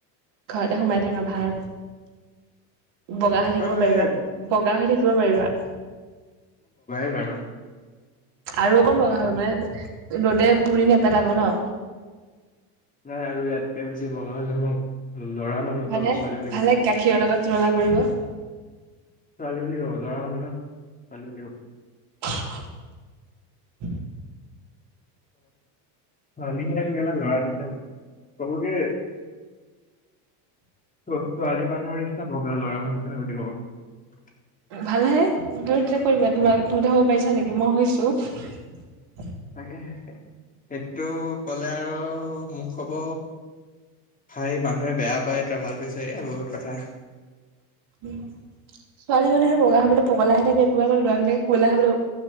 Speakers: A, on the right; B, on the left.
A: ঘৰতে সোমাই থকাা ভাল বগা হৈ থাকিব
B: আৰু
A: পাৰিবা
B: এই
A: বগা হৈ থাকিব পাৰিবা
B: আৰু
A: আৰু অকণ বগা হব মানে ৰ'দে পুৰি নেপেলাব ন
B: নাই আৰু ইয়াতকে বেছি বগা হলে মোক লৰা মানুহটো
A: ভালে
B: ছোৱালী বুলি
A: ভালে
B: কব
A: গাখীৰৰ লগত তুলনা কৰিব
B: ছোৱালী বুলি কব লৰা ছোৱালী বুলি কব
A: <unintelligible>
B: কবালিহ গা নৰা দিছা কব কি ত ছোৱালী মানুহৰ ইচ্ছা বগা লৰা মানুহটোহে বুলি কব <unintelligible>
A: ভালহে তই তেতিয়া কৰিবা তোম তুমতে হ'ব পাৰিছা নেকি মই হৈছো
B: তাকেে এইটো কলে আৰু মোক কব হাই মানুহে বেয়া পায় তই ভাল পাইছ এ বহুত কথা
A: উম ছোৱালী মানুহে বগা হাবলৈ পগাল আহ থে তোমাৰকল ল'ৰাবিলাকে কোৱলা আহাবলৈ